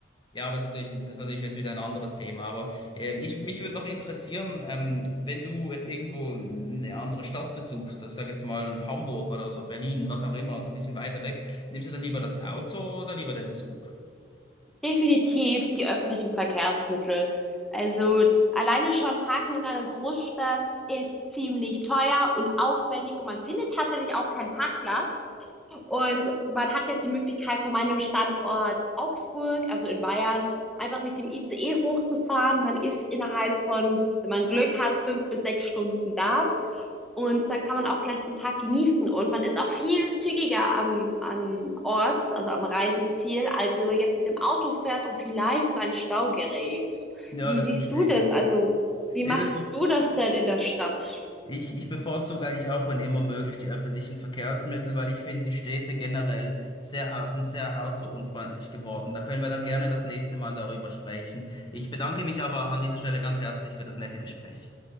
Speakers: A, on the left; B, in the centre.
A: Ja, aber das ist natürlich, das ist natürlich jetzt wieder ein anderes Thema. Aber ähm, ich, mich würde noch interessieren, ähm, wenn du jetzt irgendwo eine andere Stadt besuchst, das sag jetzt mal Hamburg oder so, Berlin, was auch immer, ein bisschen weiter weg, nimmst du dann lieber das Auto oder lieber den Zug?
B: Definitiv die öffentlichen Verkehrsmittel. Also alleine schon Parken in einer Großstadt ist ziemlich teuer und aufwendig und man findet tatsächlich auch keinen Parkplatz. Und man hat jetzt die Möglichkeit, von meinem Standort Augsburg, also in Bayern, einfach mit dem ICE hochzufahren. Man ist innerhalb von, wenn man Glück hat, fünf bis sechs Stunden da. Und dann kann man auch gleich den Tag genießen und man ist auch viel zügiger am, am Ort, also am Reiseziel, als wenn man jetzt mit dem Auto fährt und vielleicht in einen Stau gerät.
A: Ja,
B: Wie
A: das
B: siehst
A: verstehe
B: du das?
A: ich.
B: Also, wie
A: Ja,
B: machst
A: das,
B: du das denn in der Stadt?
A: ich. Ich bevorzuge eigentlich auch, wenn immer möglich, die öffentlichen Verkehrsmittel, weil ich finde, die Städte generell sehr, au- sind sehr autounfreundlich geworden. Da können wir dann gerne das nächste Mal darüber sprechen. Ich bedanke mich aber an dieser Stelle ganz herzlich für das nette Gespräch.